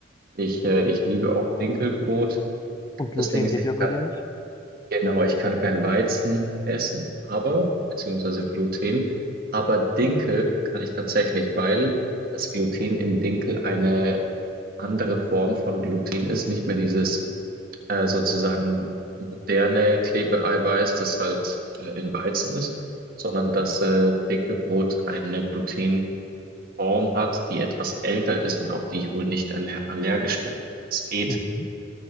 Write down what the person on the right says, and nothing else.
ich, äh, ich liebe auch Dinkelbrot.
Das Ding ist,
ich
kann.
Genau, ich kann kein Weizen essen, aber, beziehungsweise Gluten, aber Dinkel kann ich tatsächlich, weil das Gluten in Dinkel eine andere Form von Gluten ist, nicht mehr dieses äh, sozusagen moderne Klebeeiweiß, das halt äh, in Weizen ist, sondern dass äh, Dinkelbrot eine Glutenform hat, die etwas älter ist und auf die ich wohl nicht aller allergisch bin. Das geht.